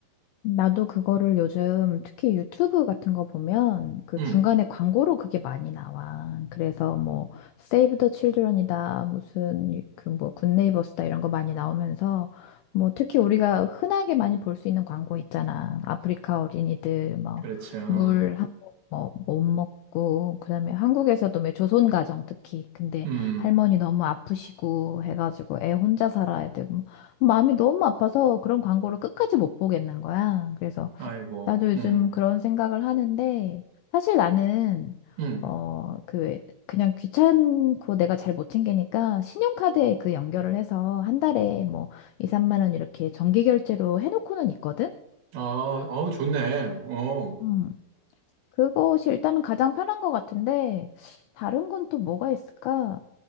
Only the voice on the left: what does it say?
나도 그거를 요즘 특히 유튜브 같은 거 보면 그
중간에 광고로 그게 많이 나와. 그래서 뭐 Save the Children이다, 무슨 그뭐 굿네이버스다 이런 거 많이 나오면서 뭐 특히 우리가 흔하게 많이 볼 수 있는 광고 있잖아. 아프리카 어린이들
뭐물한번뭐못 먹고 그다음에 한국에서도 왜 조선 가정 특히 근데
할머니 너무 아프시고 해가지고 애 혼자 살아야 되고 마음이 너무 아파서 그런 광고를 끝까지 못 보겠는 거야. 그래서
나도 요즘
그런 생각을 하는데 사실 나는
어, 그 왜- 그냥 귀찮고 내가 잘 못 챙기니까 신용카드에 그 연결을 해서 한 달에 뭐 2, 3만 원 이렇게 정기 결제로 해놓고는 있거든.
음. 그것이 일단은 가장 편한 것 같은데 다른 건 또 뭐가 있을까?